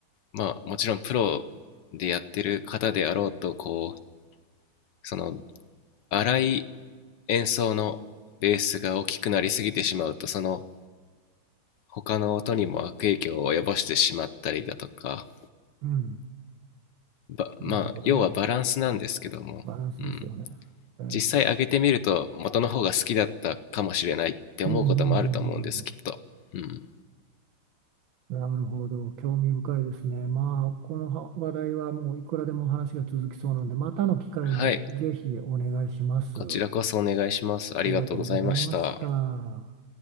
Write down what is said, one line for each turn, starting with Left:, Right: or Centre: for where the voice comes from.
Left: まあ、もちろんプロでやってる方であろうと、こう、その荒い演奏のベースが大きくなりすぎてしまうとその他の音にも悪影響を及ぼしてしまったりだとか
Right: うん。
Left: ばまあ要はバランスなんですけども、
Right: なるほどね。バランスですよね。
Left: うん、
Right: はいはい。
Left: 実際上げてみると元の方が好きだったかもしれないって思うこともあると思うんですきっと、
Right: うんうんうんうんうん。
Left: うん、
Right: なるほど。興味深いですね。まあ、このは話題はもういくらでも話が続きそうなんで、またの機会にぜひお願いします。
Left: はいこちらこそお願いしますありがとうございました
Right: ありがとうございました。